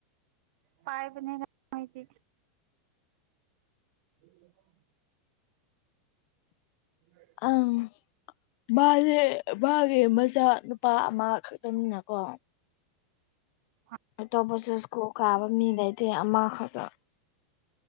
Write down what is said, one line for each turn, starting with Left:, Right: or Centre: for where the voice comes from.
Right: ꯄꯥꯏꯕꯅꯦꯗ ꯃꯣꯏꯗꯤ <unintelligible> <unintelligible>
Left: ꯑꯥꯝ ꯃꯥꯖꯦ ꯃꯥꯒꯤ ꯃꯆꯥ ꯅꯨꯄꯥ ꯑꯃ ꯈꯛꯇꯅꯤꯅꯀꯣ
Right: ꯍꯣꯏ
Left: ꯑꯇꯣꯞꯄꯁꯨ ꯁꯀꯨꯜ ꯀꯥꯕ ꯃꯤ ꯂꯩꯇꯦ ꯑꯃꯈꯛꯇꯥ